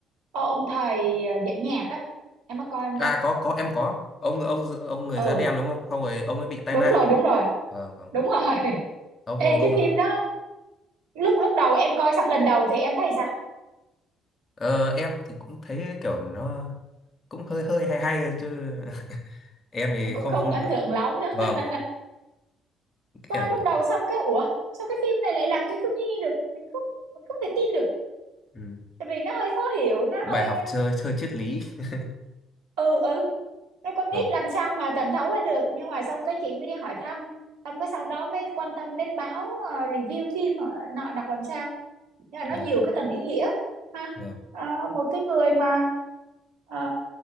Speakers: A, on the right (about 75°); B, on the left (about 40°).
A: ô- ông thầy ờ, dạy nhạc á em có coi không
B: à
A: ta
B: có có em có ông ông ông người
A: ừ
B: da đen đúng không không rồi ông ấy bị tai
A: đúng
B: nạn
A: rồi đúng rồi
B: vâng vâng
A: đúng rồi <laughs>
B: ông
A: Ê,
B: ông
A: cái phim đó lúc lúc đầu em coi xong lần đầu thì em thấy sao
B: ờ, em thì cũng thấy kiểu nó cũng hơi hơi hay hay thôi chứ <laughs> em thì
A: cũng
B: không
A: không
B: không
A: ấn
B: được
A: tượng lắm đâu
B: vâng
A: <laughs>
B: kiểu
A: coi lúc đầu xong cái ủa sao cái phim này lại làm cho thiếu nhi được mình không mình không thể tin được
B: ừ.
A: tại vì nó hơi khó hiểu nó
B: bài
A: hơi
B: học chơi chơi triết lý <laughs>
A: ờ, ừ ừ nó con
B: vâng
A: nít làm sao mà thẩm thấu hết được nhưng mà xong cái chị mới đi hỏi thăm xong cái sau đó mới quan tâm đến báo ờ, review phim họ nọ đọc làm sao Nghĩa là nó
B: vâng
A: nhiều cái tầng ý nghĩa ha
B: vâng
A: Ờ, một cái người mà ờ,